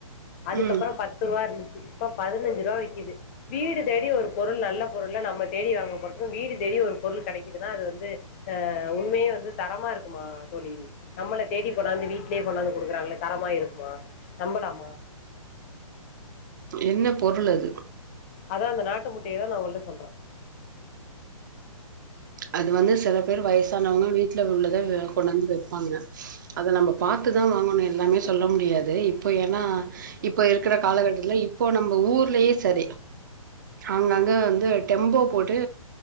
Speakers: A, on the left; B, on the right.
A: அதுக்கப்புறோ
B: ம்
A: பத்து ரூவா இருந்துச்சி இப்ப பதினஞ்சு ரூவா விக்கிது வீடு தேடி ஒரு பொருள் நல்ல பொருல நம்ம தேடி வாங்க போறது வீடு தேடி ஒரு பொருள் கிடைக்குதுனா அது வந்து அ உண்யே வந்து தரமா இருக்குமா தோழி நம்மள தேடி கொண்டது வீட்லே கொண்டாந்து குடுக்குறாங்கள தரமா இருக்மா நம்பலாமா
B: என்ன பொருள் அது
A: அதா அந்த நாட்டு முட்டய நா உங்கள்ட சொல்றே
B: அது வந்து சில பேர் வயசானவங்க வீட்ல உள்ளத கொண்டாந்து வைப்பாங்க அத நம்ப பாத்துதா வாங்கணு ல்லாமே சொல்ல முடியாது இப் இப்ப ஏனா இப்ப இருக்ற காலகட்டத்துல இப்போ நம்ம ஊர்லயே சேரி அங்கங்க வந்து டெம்போ போட்டு